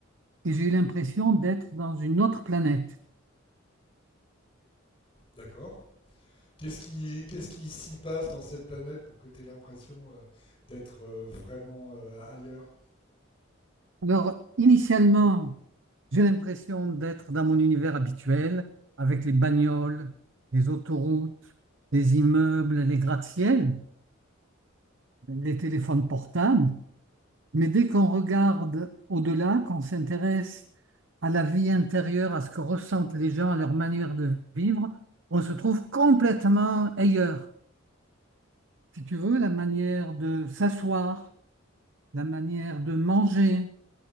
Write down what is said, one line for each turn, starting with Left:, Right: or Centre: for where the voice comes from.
Right: et j'ai eu l'impression d'être dans une autre planète.
Left: D'accord. Qu'est-ce qui, qu'est-ce qui s'y passe dans cette planète pour que tu aies l'impression euh, d'être euh, vraiment euh, ailleurs?
Right: Alors, initialement, j'ai l'impression d'être dans mon univers habituel, avec les bagnoles, les autoroutes, les immeubles, les gratte-ciel, les téléphones portables. Mais dès qu'on regarde au-delà, qu'on s'intéresse à la vie intérieure, à ce que ressentent les gens, à leur manière de vivre, on se trouve complètement ailleurs. Si tu veux, la manière de s'asseoir, la manière de manger,